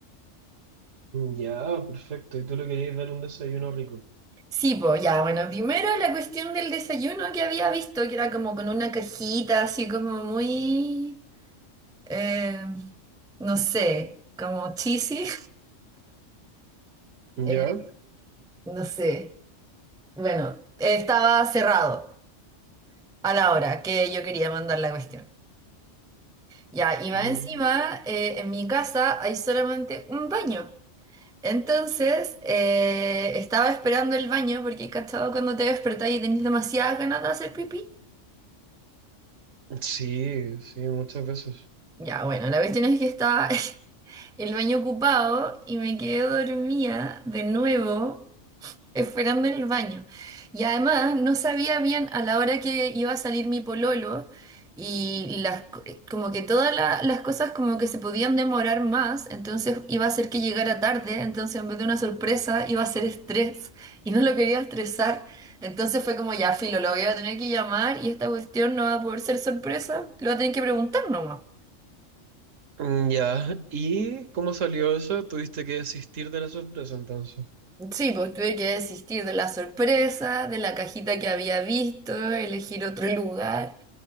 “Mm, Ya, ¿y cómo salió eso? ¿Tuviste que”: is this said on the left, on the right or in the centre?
Right